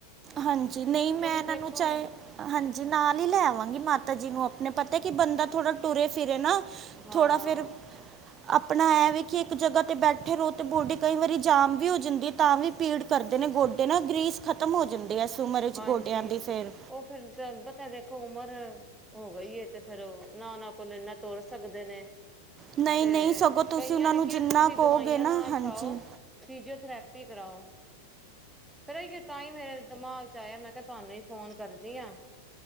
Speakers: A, on the right; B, in the centre.
A: ਹਾਂਜੀ, ਨਹੀਂ ਮੈਂ
B: ਕਿਉਂਕਿ
A: ਇਹਨਾਂ
B: ਦੇਖੋ
A: ਨੂੰ ਚਾਹੇ ਹਾਂਜੀ ਨਾਲ ਹੀ ਲੈ ਆਵਾਂਗੀ, ਮਾਤਾ ਜੀ ਨੂੰ ਆਪਣੇ ਪਤਾ ਕਿ ਬੰਦਾ ਥੋੜਾ ਟੁਰੇ ਫਿਰੇ ਨਾ
B: ਹਾਂ
A: ਥੋੜਾ ਫਿਰ ਆਪਣਾ ਇਹ ਵੀ ਕਿ ਇੱਕ ਜਗ੍ਹਾ 'ਤੇ ਬੈਠੇ ਰਹੋ, ਅਤੇ ਬੋਡੀ ਕਈ ਵਾਰੀ ਜਾਮ ਵੀ ਹੋ ਜਾਂਦੀ ਹੈ ਤਾਂ ਵੀ ਪੀੜ ਕਰਦੇ ਨੇ ਗੋਡੇ ਨਾ ਗਰੀਸ ਖ਼ਤਮ ਹੋ ਜਾਂਦੇ ਹੈ, ਇਸ ਉਮਰ ਵਿੱਚ
B: ਹਾਂਜੀ
A: ਗੋਡਿਆਂ ਦੀ ਫਿਰ
B: ਉਹ ਫਿਰ ਪਤਾ ਦੇਖੋ ਉਮਰ ਹੋ ਗਈ ਏ, ਤੇ ਫਿਰ ਉਹ ਨਾ ਉਹਨਾਂ ਕੋਲ ਇਨਾ ਤੋੁਰ ਸਕਦੇ ਨੇ
A: ਨਹੀਂ
B: ਤੇ
A: ਨਹੀਂ ਸਗੋਂ ਤੁਸੀਂ
B: ਕਈਆਂ
A: ਉਹਨਾਂ
B: ਨੇ
A: ਨੂੰ
B: ਕਿਹਾ
A: ਜਿੰਨਾ
B: ਸੀ, ਤੁਸੀਂ ਦਵਾਈਆਂ
A: ਕਹੋਗੇ
B: ਨਾ ਹੀ
A: ਹਾਂਜੀ
B: ਖਾਓ ਫਿਜੀਓਥਰੇਪੀ ਕਰਾਓ, ਫਿਰਹੀਏ ਤਾਂ ਹੀ ਮੇਰੇ ਦਿਮਾਗ ਚਾਯਾਂ ਮੈਂ ਕਿਹਾ ਤੁਹਾਨੂੰ ਹੀ ਫੋਨ ਕਰਦੀ ਹਾਂ